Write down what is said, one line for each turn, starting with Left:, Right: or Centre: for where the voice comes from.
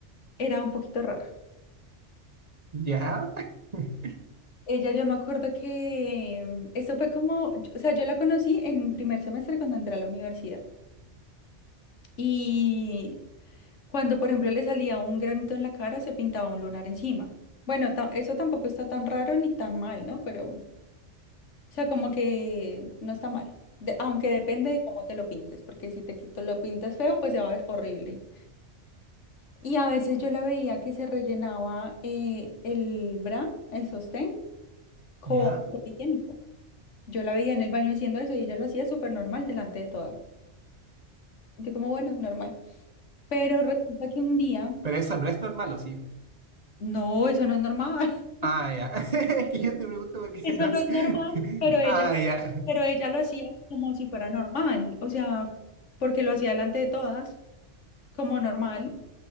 Left: era un poquito rara.
Right: Ya, <laughs>
Left: Ella, yo me acuerdo que eso fue como, yo- o sea, yo la conocí en primer semestre cuando entré a la universidad. Y cuando, por ejemplo, le salía un granito en la cara, se pintaba un lunar encima. Bueno, ta- eso tampoco está tan raro ni tan mal, ¿no? Pero O sea, como que no está mal. De- aunque depende de cómo te lo pintes, porque si te quito lo pintas feo, pues se va a ver horrible. Y a veces yo la veía que se rellenaba eh, el bra, el sostén, con
Right: ya,
Left: papel higiénico. Yo la veía en el baño haciendo eso y ella lo hacía súper normal delante de todas. Yo como, bueno, normal. Pero resulta que un día,
Right: pero eso no es normal, ¿o sí?
Left: no, eso no es normal. <laughs>
Right: Ah, ya. <laughs> Es que yo te pregunto porque
Left: Eso
Right: no
Left: no
Right: sé.
Left: es normal, pero
Right: <laughs>
Left: ella,
Right: Ah, ya.
Left: pero ella lo hacía como si fuera normal. O sea, porque lo hacía delante de todas. como normal,